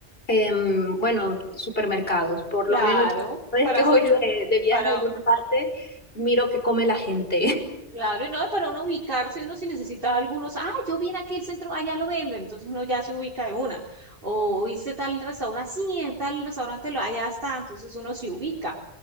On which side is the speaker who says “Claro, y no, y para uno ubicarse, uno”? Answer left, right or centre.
Right